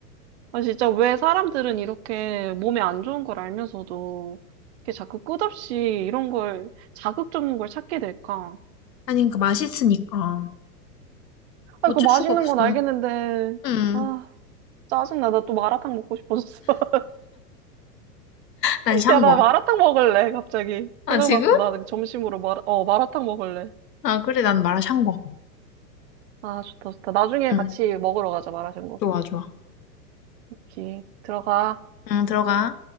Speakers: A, on the right; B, on the left.
A: 아, 진짜 왜 사람들은 이렇게 몸에 안 좋은 걸 알면서도 이렇게 자꾸 끝없이 이런 걸, 자극적인 걸 찾게 될까?
B: 아니, 그 맛있으니까.
A: 아,
B: 어쩔
A: 그 맛있는
B: 수가 없어.
A: 건 알겠는데.
B: 음,
A: 아. 짜증나. 나 또 마라탕 먹고 싶어졌어. <laughs>
B: 난 샹궈.
A: 야, 나 마라탕 먹을래, 갑자기.
B: 아,
A: 생각났어.
B: 지금?
A: 나 점심으로 마라, 어, 마라탕 먹을래.
B: 아, 그래, 난 마라 샹궈.
A: 아, 좋다, 좋다. 나중에
B: 응,
A: 같이 먹으러 가자, 마라샹궈.
B: 좋아, 좋아.
A: 오케이. 들어가.
B: 응, 들어가.